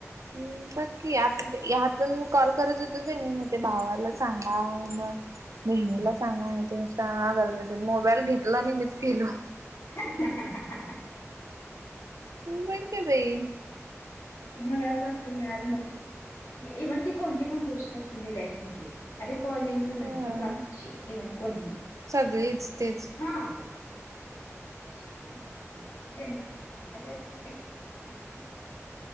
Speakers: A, on the right; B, on the left.
A: ह बघ की, आता यातून कॉल करत होतो बी नाही, मग ते भावाला सांगा मग बहिणीला सांगा, ते नुसतं ह गरज असेल मोबाईल घेतला आणि मीच गेलो.
B: <unintelligible>
A: बंक बाई.
B: मग असं वाटतं की यार नको. इव्हन ती कोणती पण गोष्ट असू दे लाईफ मधली आता कॉलिंग झालं
A: होय
B: पण बाकीची इव्हन कोणती
A: सगळीच तेच
B: हा. कशाला सांगायचं ज्यान आता एक एक प्रॉब